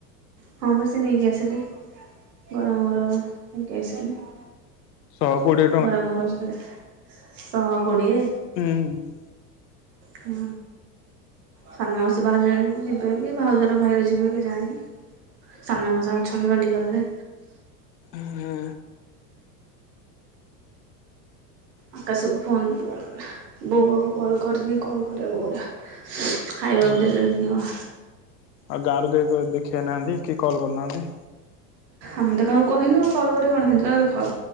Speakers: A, on the right; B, on the left.
A: ହଁ ବା ସିଏ ନେଇକି ଆସିଲେ। ଗରମ ଗରମ ନେଇକି ଆସିଛନ୍ତି।
B: ଶହ କୋଡିଏ।
A: ଗରମ ଗରମ ଜଲିପି। ଶହ କୋଡ଼ିଏ।
B: ହୁଁ।
A: ହୁଁ। ସାନ ମାଉସୀ ବାହାରିଲେଣି ଯିବେ କି? ଭାଉଜର ଭାଇର ଯିବେ କେଜାଣି? ସାନ ମଉସା ଅଛନ୍ତି ମେଡିିକାଲରେ।
B: ହୁଁ।
A: ଆକାଶକୁ ଫୋନ କରିନି, ବୋଉ ପାଖକୁ କଲ୍ କରିନି କଲ୍ କରିବାକୁ ପଡ଼ିବ। ଖାଇବାକୁ
B: ହୁଁ
A: ଦେଲେନି ଜମା।
B: ଆଉ ଗାଁରୁ କେହି ତତେ ଦେଖି ଆଇନାହାନ୍ତି? କି କଲ୍ କରିନାହାନ୍ତି?
A: ଆମେ ତ କାହାକୁ କହିନୁ ଆଉ କଲ୍ କରିବେ କଣ? ଦେଖ।